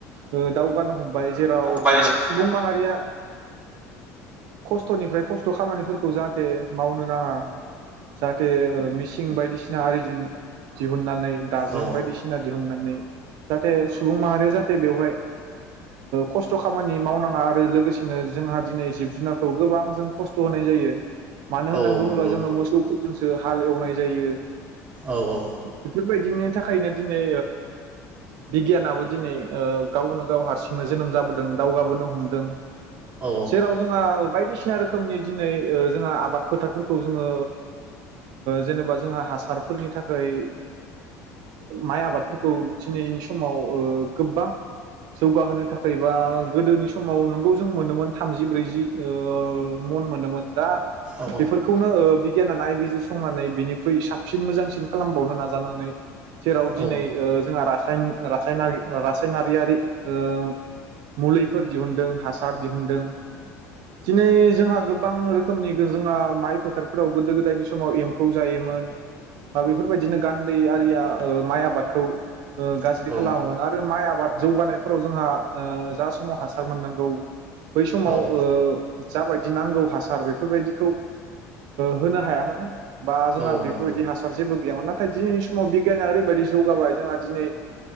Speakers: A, on the right; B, on the right.
A: ओ दावगानो हम बाय जेराव
B: हमबाय औ
A: सुबुं माहारिया खस्थ'निफ्राय खस्थ' खामानिफोरखौ जाहाथे मावनो नाङा जाहाथे मिसिं बायदिसिना सिना आरिजों दिहुननानै दाजेम
B: औ
A: बायदिसिना दिहुननानै <inaudible> जाहाथे सुबुं माहारि जाहाथे। बेवहाय। खस्थ' खामानि मावनाङा आरो लोगोसेनो जोंहा दिनै जिब जुनारखौ गोबां जों खस्थ' होनाय जायो। मानो होन्नानै
B: औ
A: बुङोब्ला
B: नंगौ
A: जोङो मोसौफोरजों जो हाल एवनाय जायो।
B: औ औ
A: बि। बेबायदिनि थाखायनो दिनै बिगियानाबो दिनै गावनो। गाव हारसिंनो जोनोम जाबोदों दावगाबोनो हमदों।
B: औ
A: जेराव जोंहा। बायदिसिना रोखोमनि दिनै जोंहा आबाद फोथारफोरखौ जोङो जेनेबा जोंहा हासारफोरनि थाखाय माइ आबादफोरखौ दिनैनि समाव गोबां। जौगाहोनो थाखायबा गोदोनि समाव नोंगौ जों मोनोमोन थामजि ब्रैजि ओ मन मोनोमोन दा।
B: औ
A: बेफोरखौनो। गैया नालाय बेजों समानै बिनिख्रुइ साबसिन मोजांसिन खालामबावनो नाजानानै। जेराव दिनै
B: औ
A: जोंहा रासाय। रासायनारियारि। मुलिफोर। फोर दिहुनदों हासार दिहुनदों। दिनै जोंहा। गोबां रोखोमनि जोंहा माइ फोथारफोराव गोदो गोदायनि समाव एम्फौ जायोमोन। ओ बेफोरबायदिनो गान्दै आरिया। माइ आबादखौ। गाज्रि
B: औ
A: खालामोमोन आरो माइ आबाद। जौगानाय। फोराव जोंहा जा समाव हासार मोननांगौ। बै समाव।
B: औ औ
A: जाबायदि नांगौ हासार बेफोरबायदिखौ होनो हायामोन। बा जोंहा
B: औ
A: बेफोरबायदि
B: नंगौ
A: हासार जेबो गैयामोन ना। नाथाय दिनैनि समाव बिगियाना ओरैबायदि जौगाबाय जोंहा दिनै